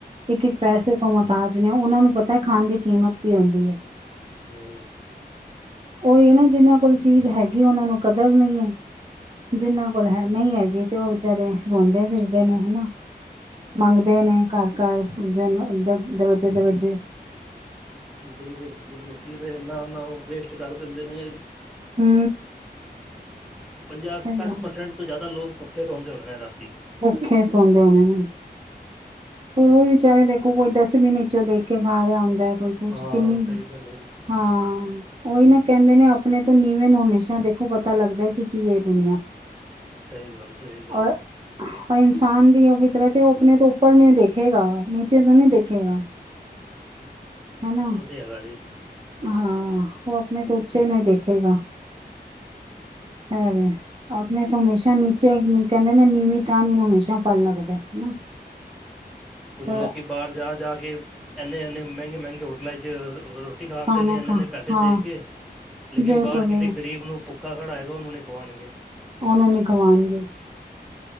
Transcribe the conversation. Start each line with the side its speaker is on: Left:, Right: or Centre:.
Right: ਇੱਕ ਪੈਸੇ ਤੋਂ ਮਤਾਜ ਨੇ ਉਹਨਾਂ ਨੂੰ ਪਤਾ ਖਾਣ ਦੀ ਕੀਮਤ ਕੀ ਹੁੰਦੀ ਹੈ।
Centre: ਹੂੰ
Right: ਉਹ ਇਹ ਨਾ ਜਿਹਨਾਂ ਕੋਲ ਚੀਜ਼ ਹੈਗੀ ਉਹਨਾਂ ਨੂੰ ਕਦਰ ਨਹੀਂ ਹੈ। ਜਿਹਨਾਂ ਕੋਲ ਹੈ
Centre: ਹਮ,
Right: ਨਹੀਂ ਹੈਗੀ ਤੇ ਉਹ ਵਿਚਾਰੇ ਰੋਂਦੇ ਫਿਰਦੇ ਫਿਰਦੇ ਨੇ ਹਨਾ। ਮੰਗਦੇ ਨੇ ਘਰ ਕਾਰ ਪਜਨ ਦਰਵਾਜੇ ਦਰਵਾਜੇ
Centre: ਬਿਲਕੁਲ ਬਿਲਕੁਲ ਕਿ ਨਾ ਉਹ ਵੇਸਟ ਕਰਦੇ ਕਰਦੇ ਨੇ
Right: ਹੂੰ
Centre: ਪੰਜਾਹ ਸੱਠ
Right: ਸਹੀ ਗੱਲ
Centre: ਪ੍ਰਸੈਂਟ ਤੋਂ ਜ਼ਿਆਦਾ ਲੋਕ ਭੁੱਖੇ ਸੌੁੰਣਦੇ ਹੋਣੇ ਰਾਤੀ
Right: ਭੁੱਖੇ ਸੌਦੇ ਹਨੇ ਨੇ। ਹਨੂੰ ਵੀ ਵਿਚਾਰੇ ਦੇਖੋ ਕੋਈ ਵੀ ਨ ਚੋਂ ਦੇਖ ਕੇ ਖਾ ਰਿਹਾ ਆਉਦਾ ਹੈ। ਕੋਈ ਕੁਛ
Centre: ਹਾਂ
Right: ਕਿੰਨੀ
Centre: ਸਹੀ ਗੱਲ ਹੈਗੀ
Right: ਹਾਂ ਉਹੀ ਨਾ ਕਹਿੰਦੇ ਨੇ ਆਪਣੇ ਤੋਂ ਨੀਵੇਂ ਨੂੰ ਹਮੇ੍ਰਸ਼ਾ ਦੇਖੋ ਪਤਾ ਲੱਗਦਾ ਕਿ ਕੀ ਇਹ ਦੁਨੀਆਂ
Centre: ਸਹੀ ਗੱਲ ਸਹੀ ਗੱਲ।
Right: ਔਰ ਔਰ ਇਨਸਾਨ ਦੀ ਉਹ ਫਿਤਰਤ ਐ ਉਹ ਆਪਣੇ ਤੋਂ ਉੱਪਰ ਨੀ ਦੇਖੇਗਾ ਨੀਚੇ ਤੋਂ ਨੀ ਦੇਖੇਗਾ। ਹਨ ਨਾ
Centre: ਉਹ ਤੇ ਹੈਗਾ ਜੀ
Right: ਹਾਂ ਹਾਂ ਉਹ ਆਪਣੇ ਤੋਂ ਉਚੇ ਨੂੰ ਹੀ ਦੇਖੇਗਾ ਹਾਂ। ਆਪਣੇ ਤੋਂ ਹਮੇਸ਼ਾ ਨੀਚੇ ਕਹਿੰਦੇ ਨੇ ਨੀਵੀਂ ਟੇਣੀ ਨੂੰ ਹਮੇਸ਼ਾ ਫਲ ਲੱਗਦਾ ਹਨਾ।
Centre: ਕੁੱਛ
Right: ਪਰ
Centre: ਲੋਕੀ ਬਾਹਰ ਜਾ ਜਾ ਕੇ ਐੰਨੇ ਐਨੇ ਮਹਿੰਗੇ ਮਹਿੰਗੇ ਹੋਟਲਾ ਚ ਰੋਟੀ ਖਾਂਦੇ
Right: ਖਾਣਾ
Centre: ਨੇ ਇੰਨੇ
Right: ਖਾ
Centre: ਨੇ ਪੈਸੇ
Right: ਹਾਂ
Centre: ਦੇ ਕੇ ਲੇਕਿਨ
Right: ਬਿਲਕੁਲ
Centre: ਬਾਹਰ ਕਿਸੇ ਗ਼ਰੀਬ ਨੂੰ ਭੁਖਾ ਖੜਾ ਹੋਏਗਾ ਉਹਨੂੰ ਨੀ ਖਵਾਉਣਗੇ।
Right: ਉਹਨੂੰ ਨੀ ਖਵਾਉਣਗੇ।